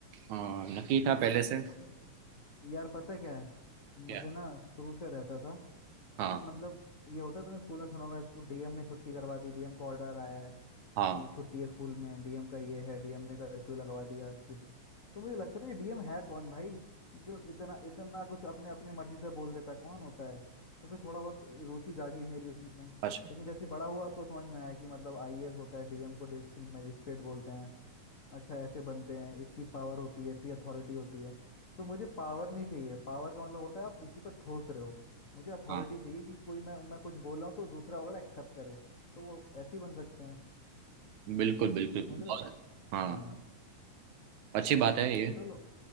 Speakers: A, on the right; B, on the left.
A: नक्की था पहले से
B: हम्म। यार पता है क्या है
A: क्या
B: मुझे ना शुरू से रहता था
A: हाँ
B: कि मतलब ये होता है तूने स्कूल में सुना होगा इसको डीएम ने छुट्टी करवा दी डीएम का ऑर्डर आया है
A: हाँ
B: कि छुट्टी है स्कूल में डीएम का ये है डीएम ने कर्फ्यू लगवा दिया डिस्ट्रिक्ट तो मुझे लगता था ये डीएम है कौन भाई जो इतना इतना कुछ अपने अपने मर्जी से बोल देता है कौन होता है तो फिर थोड़ा बहुत रुचि जागी मेरी उसमें लेकिन
A: अच्छा
B: जैसे बड़ा हुआ तो समझ में आया कि मतलब आईएएस होता है डीएम को डिस्ट्रिक्ट मजिस्ट्रेट बोलते हैं अच्छा ऐसे बनते हैं इतनी पावर होती है इतनी अथॉरिटी होती है तो मुझे पावर नहीं चाहिए पावर का मतलब होता है आप किसी पर ठोस रहे हो मुझे अथॉरिटी
A: हाँ
B: चाहिए कि कोई मैं मैं कुछ बोल रहा हूँ तो दूसरा वाला एक्सेप्ट करे तो वो ऐसे ही बन सकते हैं
A: बिल्कुल बिल्कुल
B: समझ
A: बहुत
B: रहे हो
A: हाँ
B: हाँ
A: अच्छी बात है ये
B: चलो